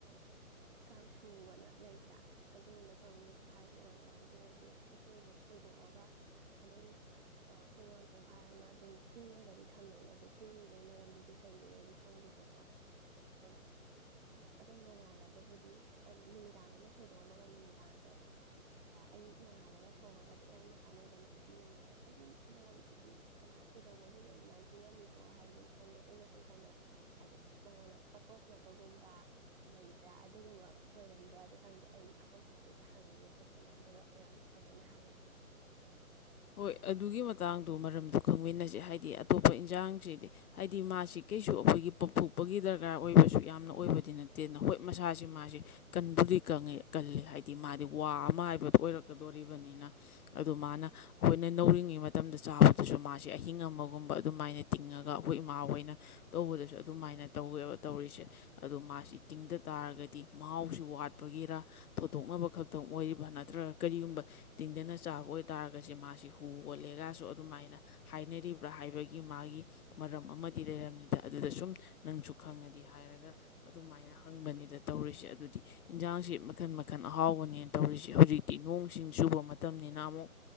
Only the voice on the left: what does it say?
ꯍꯣꯏ ꯑꯗꯨꯒꯤ ꯃꯇꯥꯡꯗꯣ ꯃꯔꯝꯗ ꯈꯪꯃꯤꯟꯅꯁꯦ ꯍꯥꯏꯗꯤ ꯑꯇꯣꯞꯄ ꯏꯟꯁꯥꯡꯁꯤꯗꯤ ꯍꯥꯏꯗꯤ ꯃꯥꯁꯤ ꯀꯩꯁꯨ ꯑꯩꯈꯣꯏꯒꯤ ꯄꯥꯡꯊꯣꯛꯄꯒꯤ ꯗꯔꯀꯥꯔ ꯑꯣꯏꯕꯁꯨ ꯌꯥꯝꯅ ꯑꯣꯏꯕꯗꯤ ꯅꯠꯇꯦꯅ ꯍꯣꯏ ꯃꯁꯥꯁ ꯃꯥꯁꯤ ꯀꯟꯕꯨꯗꯤꯉꯦ ꯀꯜꯂꯤ ꯍꯥꯏꯗꯤ ꯃꯥꯗꯤ ꯋꯥ ꯑꯃ ꯍꯥꯏꯕꯗꯨꯣ ꯑꯣꯏꯔꯛꯀꯗꯣꯔꯤꯕꯅꯤꯅ ꯑꯗꯨ ꯃꯥꯅ ꯑꯩꯈꯣꯏꯅ ꯅꯧꯔꯤꯉꯩ ꯃꯇꯝꯗ ꯆꯥꯕꯗꯁꯨ ꯃꯥꯁꯤꯦ ꯑꯍꯤꯡ ꯑꯃꯒꯨꯝꯕ ꯑꯗꯨꯃꯥꯏꯅ ꯇꯤꯡꯉꯒ ꯑꯩꯈꯣꯏ ꯏꯃꯥ ꯍꯣꯏꯅ ꯇꯧꯕꯗꯁꯨ ꯑꯗꯨꯃꯥꯏꯅ ꯇꯧꯋꯦꯕ ꯇꯧꯔꯤꯁꯦ ꯑꯗꯣ ꯃꯥꯁꯤ ꯇꯤꯡꯗ ꯇꯥꯔꯒꯗꯤ ꯃꯍꯥꯎꯁꯨ ꯋꯥꯠꯄꯒꯤꯔ ꯊꯣꯇꯣꯛꯅꯕ ꯈꯛꯇꯪ ꯑꯣꯏꯔꯤꯕ ꯅꯠꯇ꯭ꯔꯒ ꯀꯔꯤꯒꯨꯝꯕ ꯇꯤꯡꯗꯅ ꯆꯥꯕ ꯑꯣꯏ ꯇꯥꯔꯒꯗꯤ ꯃꯥꯁꯤ ꯑꯁꯤ ꯍꯨ ꯑꯣꯣꯜꯂꯦꯒꯁꯨ ꯑꯗꯨꯃꯥꯏꯅ ꯍꯥꯏꯅꯔꯤꯕ꯭ꯔꯥ ꯍꯥꯏꯕꯒꯤ ꯃꯥꯒꯤ ꯃꯔꯝ ꯑꯃꯗꯤ ꯂꯩꯔꯝꯅꯤꯗ ꯑꯗꯨꯗ ꯁꯨꯝ ꯅꯪꯁꯨ ꯈꯪꯉꯗꯤ ꯍꯥꯏꯔꯒ ꯑꯗꯨꯃꯥꯏꯅ ꯍꯪꯕꯅꯤꯗ ꯇꯧꯔꯤꯁꯦ ꯑꯗꯨꯗꯤ ꯏꯟꯁꯥꯡꯁꯤ ꯃꯈꯟ ꯃꯈꯜ ꯑꯍꯥꯎꯕꯅꯦꯅ ꯇꯧꯔꯤꯁꯤꯦ ꯍꯧꯖꯤꯛꯇꯤ ꯅꯣꯡꯁꯤꯡ ꯆꯨꯕ ꯃꯇꯝꯅꯤꯅ ꯑꯃꯨꯛ